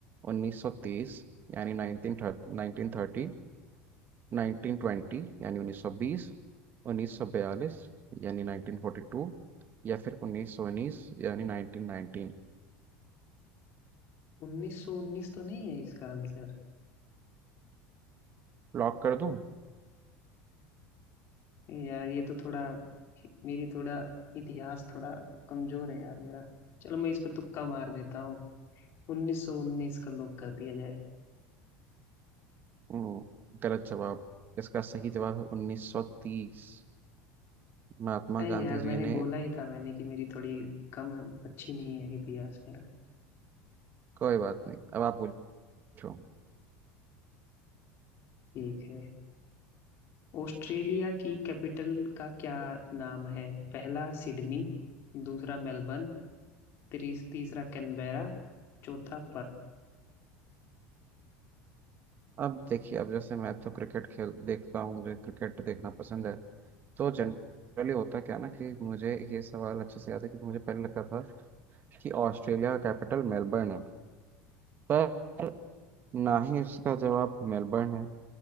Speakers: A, on the right; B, on the left.
A: 1930 यानी 1930 1920 यानी 1920 1942 यानी 1942 या फिर 1919 यानी 1919
B: 1919 तो नहीं है इसका आंसर
A: लॉक कर दूं
B: यार ये तो थोड़ा मेरी थोड़ा इतिहास थोड़ा कमजोर है यार मेरा चलो मैं इस पे तुक्का मार देता हूँ उन्नीस सौ उन्नीस का लॉक कर दिया जाए
A: हम्म, गलत जवाब इसका सही जवाब है 1930 महात्मा
B: अरे
A: गांधी
B: यार
A: जी
B: मैंने
A: ने
B: बोला ही था मैंने कि मेरी थोड़ी कम अच्छी नहीं है इतिहास मेरा
A: कोई बात नहीं अब आप पूछो
B: ठीक है ऑस्ट्रेलिया की कैपिटल का क्या नाम है पहला सिडनी दूसरा मेलबर्न तीस तीसरा कैनबेरा चौथा पर्थ
A: अब देखिए अब जैसे मैं तो क्रिकेट खेल देखता हूँ मुझे क्रिकेट देखना पसंद है तो जनरली होता क्या है ना कि मुझे ये सवाल अच्छे से याद है क्योंकि मुझे पहले लगता था कि ऑस्ट्रेलिया का कैपिटल मेलबर्न है पर ना ही इसका जवाब मेलबर्न है